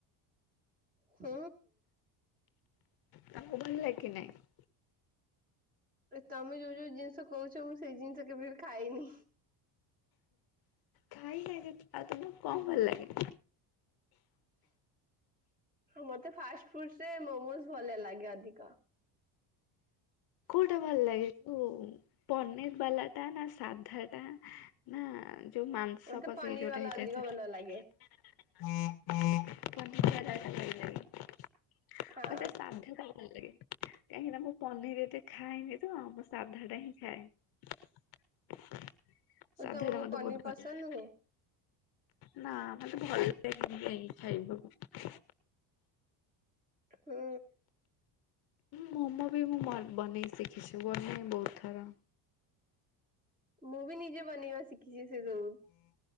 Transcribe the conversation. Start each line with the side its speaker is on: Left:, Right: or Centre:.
Right: ହଁ।
Left: ତାକୁ ଭଲ ଲାଗେ କି ନାଇଁ?
Right: ତମେ ଯୋଉ ଯୋଉ ଜିନିଷ କହୁଛ ମୁଁ ସେଇ ଜିନିଷ କେବେ ବି ଖାଇନି।
Left: ଖାଇନ ଆଉ ତମକୁ କଣ ଭଲ ଲାଗେ?
Right: ମତେ ଫାଷ୍ଟ ଫୁଡ ରେ ମୋମୋ ଭଲ ଲାଗେ ଅଧିକ।
Left: କୋଉଟା ଭଲ ଲାଗେ କୋଉ ପନିର ବାଲା ଟା ନା ସାଧା ଟା ନା ଯୋଉ ମାଂସ
Right: ମତେ
Left: ପସେଇକି
Right: ପନିର
Left: ଯୋଉଟା
Right: ବାଲା
Left: ହେଇଥାଏ
Right: ଅଧିକ
Left: ସେ
Right: ଭଲ ଲାଗେ
Left: ପନିର ବାଲା ଟା ଭଲଲାଗେ। ଆଉ
Right: ହଁ
Left: ଯଉ ସାଧା ଟା ଭଲ ଲାଗେ କାହିଁକି ନା ମୁଁ ପନିର ଏତେ ଖାଏନି ତ ମୋ ସାଧା ଟା ହିଁ ଖାଏ। ସାଧା
Right: ଓ ତମକୁ
Left: ଟା ମତେ
Right: ପନିର
Left: ବହୁତ ଭଲ
Right: ପସନ୍ଦ
Left: ଲାଗେ
Right: ନୁହେଁ?
Left: ନା ମତେ ଭଲ ଲାଗେନି ଖାଇବାକୁ।
Right: ହୁଁ।
Left: ମୋମୋ ବି ମୁଁ ବନେଇ ଶିଖିଛି ବନାଏ ବହୁତ ଥର।
Right: ମୁଁ ବି ନିଜେ ବନେଇବା ଶିଖିଛି ସେ ସବୁ।